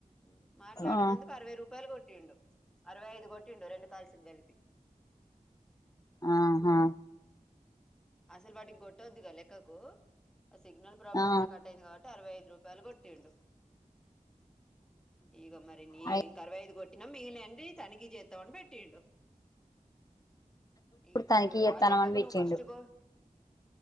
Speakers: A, in the centre; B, on the left.
A: మాట్లాడనందుకు
B: ఆ
A: అరవై రూపాయలు కొట్టిండు అరవై ఐదు కొట్టిండు రెండు కాల్సి కలిపి
B: ఆహా
A: ఉమ్, అసలు వాటికి కొొట్టోద్దుగా లెక్కకు ఆ సిగ్ నల్ ప్రాబ్లం
B: ఆ
A: అలా కట్ అయింది కాబటి అరవై ఐదు రూపాయలు కొట్టిండు ఇగ మరి నీ
B: అయి
A: ఇంకా అరవై ఐదు కొట్టి నమ్ మిగిలిన అన్ని తనాఖి ఎంజేస్తావు అని పెట్టిండు ఇప్పుడు
B: తనకి ఇత్తనమని
A: ఆ లెక్కకు
B: పెట్టిండు
A: నువ్వు ఫస్ట్ గో